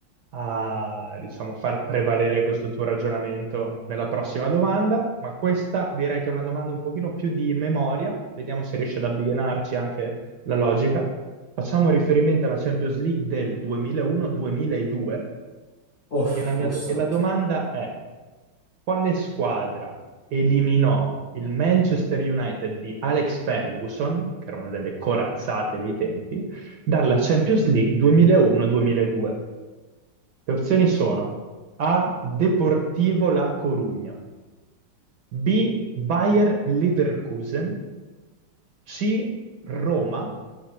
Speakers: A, on the right (about 65°); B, on the left (about 50°).
A: a, diciamo, far prevalere questo tuo ragionamento nella prossima domanda, ma questa direi che è una domanda un pochino più di memoria. Vediamo se riesci ad abbinarci anche la logica. Facciamo riferimento alla Champions League del 2001-2002
B: Oh,
A: E la mia,
B: oh santo.
A: e la domanda è, quale squadra eliminò il Manchester United di Alex Ferguson, che era una delle corazzate dei tempi, dalla Champions League 2001-2002? Le opzioni sono A. Deportivo La Corugna, B. Bayer Leverkusen, C. Roma,